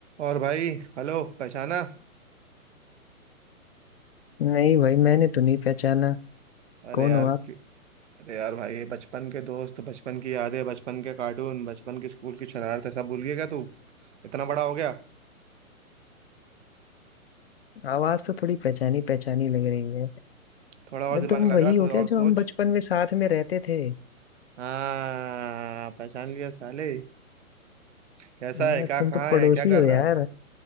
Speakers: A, on the right; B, on the left.
A: और भाई हेलो पहचाना
B: नहीं भाई मैंने तो नहीं पहचाना
A: अरे
B: कौन
A: यार
B: हो आप
A: कि- अरे यार भाई ये बचपन के दोस्त बचपन की यादें बचपन के कार्टून बचपन की स्कूल की शरारतें सब भूल गया क्या तू इतना बड़ा हो गया
B: आवाज तो थोड़ी पहचानी पहचानी लग रही है अरे
A: थोड़ा और दिमाग
B: तुम
A: लगा
B: वही
A: थोड़ा
B: हो क्या
A: और
B: जो
A: सोच
B: हम बचपन में साथ में रहते थे
A: हाँ पहचान लिया साले कैसा
B: हाँ,
A: है क्या
B: तुम
A: कहाँ
B: तो पड़ोसी
A: है क्या कर
B: हो यार
A: रहा है